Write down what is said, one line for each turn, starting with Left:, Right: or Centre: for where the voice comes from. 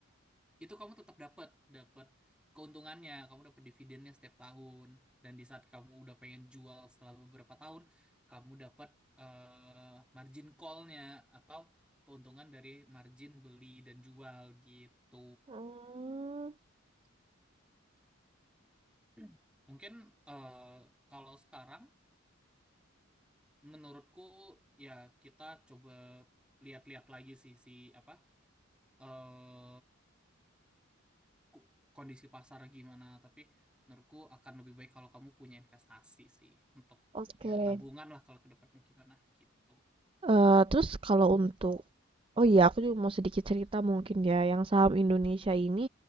Centre: itu kamu tetap dapat dapat keuntungannya kamu dapat dividennya setiap tahun dan di saat kamu udah pengen jual setelah beberapa tahun kamu dapat eh, margin call-nya atau keuntungan dari margin beli dan jual gitu
Right: Hmm,
Centre: Hmm. mungkin eh, kalau sekarang menurutku ya kita coba lihat-lihat lagi sih si apa eh, ku- kondisi pasar gimana, tapi menurutku akan lebih baik kalau kamu punya investasi sih untuk
Right: oke.
Centre: ya tabungan lah kalau ke depannya gimana gitu.
Right: Eh, terus kalau untuk Oh iya, aku juga mau sedikit cerita mungkin ya. Yang saham Indonesia ini